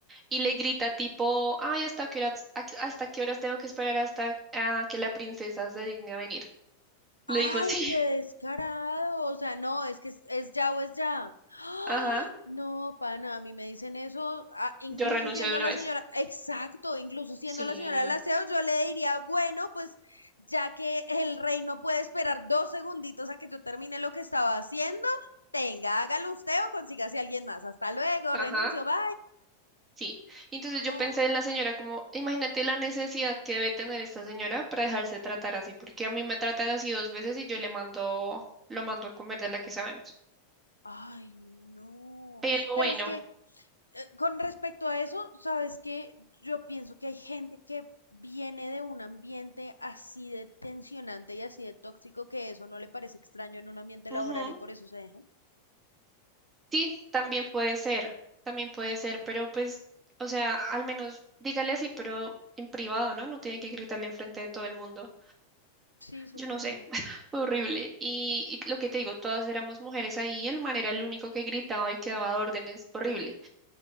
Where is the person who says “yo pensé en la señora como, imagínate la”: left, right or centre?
Right